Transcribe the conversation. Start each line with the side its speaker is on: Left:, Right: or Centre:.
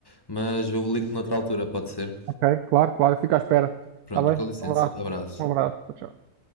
Left: mas eu ligo-te noutra altura, pode ser?
Right: Ok, claro, claro. Fica à espera.
Left: Pronto,
Right: Tá bem?
Left: com licença,
Right: Um abraço.
Left: abraço.
Right: Um abraço. Tchau, tchau.